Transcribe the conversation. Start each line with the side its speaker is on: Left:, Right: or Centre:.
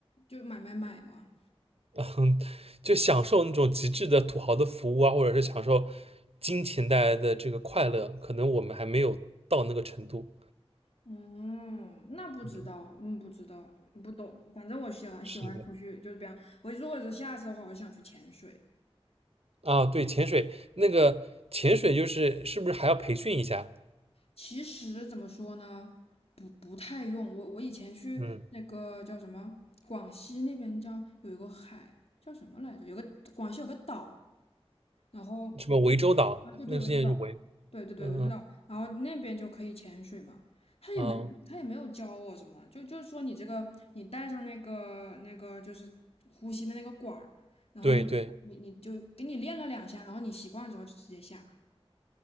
Left: 就买买买嘛。
Right: <laughs> 嗯，就享受那种极致的土豪的服务啊，或者是享受金钱带来的这个快乐，可能我们还没有到那个程度。
Left: 嗯，那不知道，
Right: 嗯，
Left: 嗯，不知道，不懂。反正我喜欢喜欢出去，
Right: 是的。
Left: 就是比方我如果是下次的话，我想去潜水。
Right: 啊，对，潜水那个潜水就是是不是还要培训一下？
Left: 其实怎么说呢，不不太用。我我以前去那个叫什么，
Right: 嗯，
Left: 广西那边叫有一个海叫什么来着？有个广西有个岛，然后
Right: 什么涠洲岛那个事件就涠，
Left: 啊，对对，涠洲岛。对对对，
Right: 嗯
Left: 我知道。然后那边就可以潜水嘛，他也没有他也没有教我什么，
Right: 啊，哦
Left: 就就是说你这个你带上那个那个就是呼吸的那个管儿，然后
Right: 对对。
Left: 你你就给你练了两下，然后你习惯了之后就直接下。